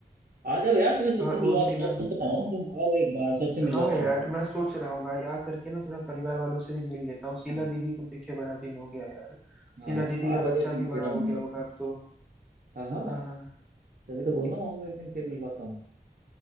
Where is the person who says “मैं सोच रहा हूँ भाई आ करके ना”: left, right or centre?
Centre